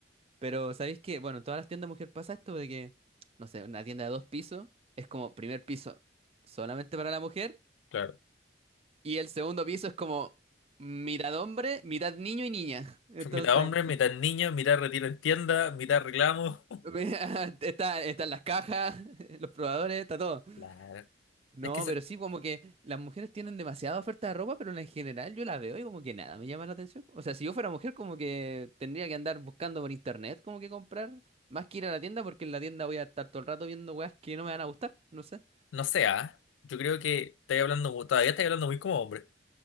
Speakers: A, on the right (about 30°); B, on the left (about 80°).
A: Pero ¿sabéis que? Bueno, en todas las tiendas mujer pasa esto de que, no sé, una tienda de dos pisos es como primer piso solamente para la mujer
B: claro.
A: y el segundo piso es como mitad hombre, mitad niño y niña. Entonces,
B: Mitad hombre, mitad niño, mitad retiro en tienda, mitad reclamo. <laughs>
A: <laughs> está, están las cajas, <laughs> los probadores, está todo.
B: Claro.
A: No,
B: Es que, se-
A: pero sí, como que las mujeres tienen demasiada oferta de ropa, pero en general yo la veo y como que nada me llama la atención. O sea, si yo fuera mujer, como que tendría que andar buscando por internet, como que comprar, más que ir a la tienda, porque en la tienda voy a estar todo el rato viendo weas que no me van a gustar, no sé.
B: no sé, ¿ah? Yo creo que estoy hablando, mu- todavía estoy hablando muy como hombre.